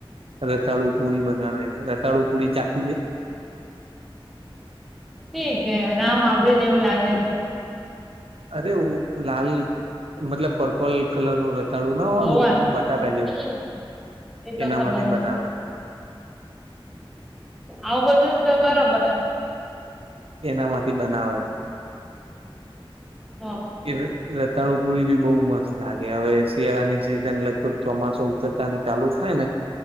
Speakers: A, on the right (about 80°); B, in the centre.
A: રતાળુ પુરી બનાવે રતાળુ પુરી ચાખી તે
B: ઠીક હે નામ સાંભળી ને એવું લાગેલું.
A: અરે હું લાલ મતલબ પર્પલ કલર નું ર તાળું ના હોય
B: હોવા
A: મોટું બટાકા જેવું,
B: હમ એ તો
A: એનામાંથી
B: ખબર
A: બનાવે.
B: ને આવું બધુંજ તો બરોબર હે.
A: એના માંથી બનાવે.
B: હા
A: ઈર રતાણુ ગૂળીબી બહુ મસ્ત લાગે હવે શિયાળાની સીઝન લગભગ ચોમાસો ઉતરતા ને ચાલુ થાયને